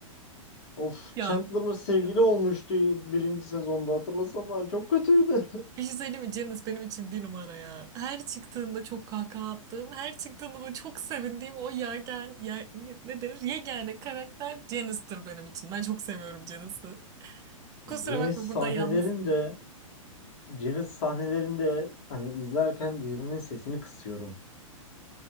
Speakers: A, on the left (about 55°); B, on the right (about 20°).
A: Of
B: Ya
A: Chandler sevgili olmuştu birinci sezonda hatırlasana çok kötüydü.
B: bir şey söyleyeyim mi? Ceniz benim için bir numara ya. Her çıktığında çok kahkaha attığım, her çıktığında da çok sevindiğim o yergen, yer, ne, ne denir? Yegane karakter Ceniz'tir benim için. Ben çok seviyorum Ceniz'i.
A: <laughs>
B: Kusura
A: Janice
B: bakma
A: sahnelerinde
B: burada yalnız.
A: Janice sahnelerinde hani izlerken dizinin sesini kısıyorum.